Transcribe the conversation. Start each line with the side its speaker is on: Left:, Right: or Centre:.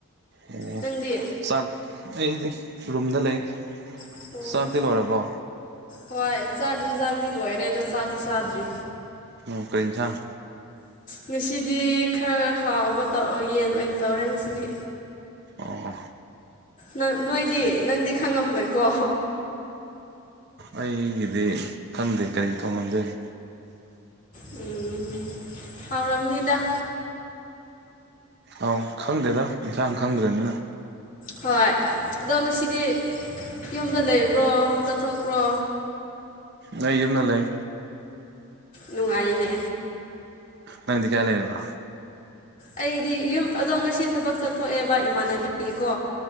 Right: ꯑꯣ
Left: ꯅꯪꯗꯤ
Right: ꯆꯥꯛ ꯑꯩꯗꯤ ꯔꯨꯝꯗ ꯂꯩ
Left: ꯑꯣ
Right: ꯆꯥꯛꯇꯤ ꯂꯣꯏꯔꯕꯣ
Left: ꯍꯣꯏ ꯆꯥꯛ ꯍꯦꯟꯖꯥꯡꯗꯤ ꯂꯣꯏꯔꯦ ꯗꯣ ꯆꯥꯗꯤ ꯆꯥꯗ꯭ꯔꯤ
Right: ꯑꯥ ꯀ꯭ꯔꯤ ꯏꯟꯁꯥꯡ
Left: ꯉꯁꯤꯗꯤ ꯈꯔ ꯍꯥꯎꯕ ꯇꯧ ꯌꯦꯟ ꯑꯣꯏꯟ ꯇꯧꯔꯦ ꯉꯁꯤꯗꯤ
Right: ꯑꯣ
Left: ꯅꯪ ꯅꯣꯏꯗꯤ ꯅꯪꯗꯤ ꯈꯪꯉꯝꯃꯣꯏꯀꯣ
Right: ꯑꯩꯗꯤ ꯈꯪꯗꯦ ꯀꯩ ꯊꯣꯡꯉꯝꯗꯣꯏꯅꯣ
Left: ꯎꯝ ꯍꯥꯎꯔꯝꯅꯤꯗ
Right: ꯑꯥꯎ ꯈꯪꯗꯦꯔꯥ ꯏꯟꯁꯥꯡ ꯈꯪꯗ꯭ꯔꯤꯝꯅꯤꯅ
Left: ꯍꯣꯏ ꯑꯗꯣ ꯉꯁꯤꯗꯤ ꯌꯨꯝꯗ ꯂꯩꯕ꯭ꯔꯣ ꯆꯠꯊꯣꯛꯄ꯭ꯔꯣ
Right: ꯂꯩ ꯌꯨꯝꯗ ꯂꯩ
Left: ꯅꯨꯡꯉꯥꯏꯅꯦ
Right: ꯅꯪꯗꯤ ꯀꯥꯏ ꯂꯩꯔꯤꯕ
Left: ꯑꯩꯗꯤ ꯌꯨꯝ ꯑꯗꯣ ꯉꯁꯤ ꯊꯕꯛ ꯆꯠꯊꯣꯛꯑꯦꯕ ꯏꯃꯥꯟꯅꯕꯤꯒꯤꯀꯣ